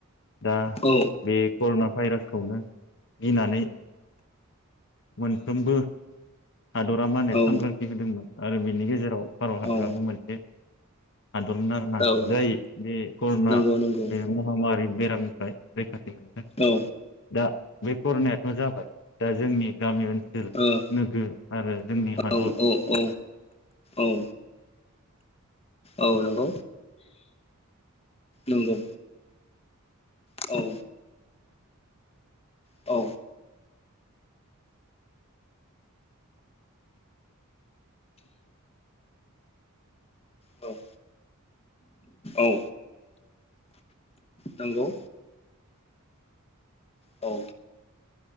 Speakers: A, on the left; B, on the left.
A: दा
B: औ
A: बे करना भाइरास खौनो गिनानै मोनफ्रोमबो हादरा मा होने
B: औ
A: सांग्रांथि होदोंमोन आरो बिनि गेजेराव भारत हादराबो
B: औ
A: मोनसे हादरमोन आरोना
B: औ
A: जाय बे करना
B: नंगौ नंगौ
A: बे महामारि बेरामनिफ्राय रैखाथि मोननो थाखाय
B: औ
A: दा बे करनायाथ जाबाय दा जोंनि गामि ओन <inaudible>
B: ओ
A: नोगोर आरो जोंनि हादर
B: औ औ औ औ औ नंगौ नंगौ औ औ औ औ नंगौ औ